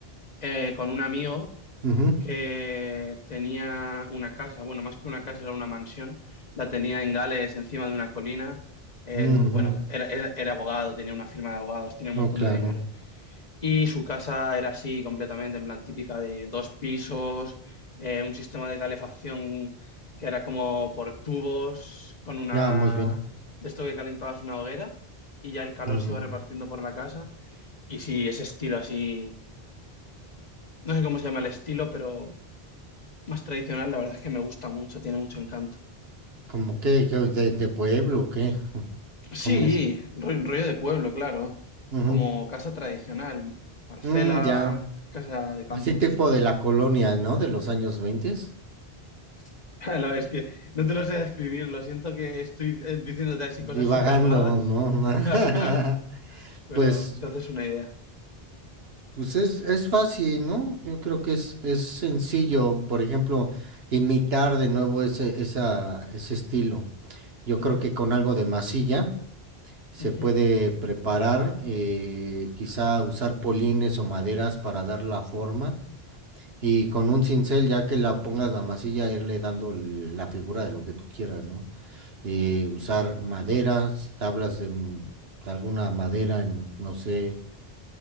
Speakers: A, on the left (about 45°); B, on the right (about 75°).
A: eh, con un amigo
B: Ujú,
A: que tenía una casa, bueno, más que una casa, era una mansión. La tenía en Gales, encima de una colina. Él,
B: ujú.
A: bueno, era, era- era abogado, tenía una firma de abogados, tenía un
B: Oh,
A: montón
B: claro.
A: de dinero. Y su casa era así completamente, en plan típica de dos pisos, eh, un sistema de calefacción que era como por tubos, con una
B: Ya, muy bien.
A: de esto que calentabas una hoguera y ya el calor
B: Ujú.
A: se iba repartiendo por la casa. Y sí, ese estilo así, no sé cómo se llama el estilo, pero más tradicional, la verdad es que me gusta mucho, tiene mucho encanto.
B: como qué? qué, ¿De, de pueblo o qué? <laughs>
A: Sí,
B: ¿Cómo es?
A: ro- rollo de pueblo, claro,
B: Ujú.
A: como casa tradicional, parcela,
B: Mm, ya.
A: casa de campo.
B: Así tipo de la colonia, ¿no? De los años veinte,
A: <laughs> La verdad es que no te lo sé describir, lo siento que estoy eh, diciéndote así
B: divagando,
A: cosas súper vagas.
B: ¿no? <laughs>
A: Claro, claro, pero
B: Pues,
A: te haces una idea.
B: pues es, es fácil, ¿no? Yo creo que es, es sencillo, por ejemplo, imitar de nuevo ese, esa, ese estilo. Yo
A: Ujú,
B: creo que con algo de masilla se
A: ujú.
B: puede preparar, eh, quizá usar polines o maderas para dar la forma y con un cincel, ya que la pongas la masilla, irle dando la figura de lo que tú quieras, ¿no? eh, usar maderas, tablas de, m- de alguna madera, en, no sé,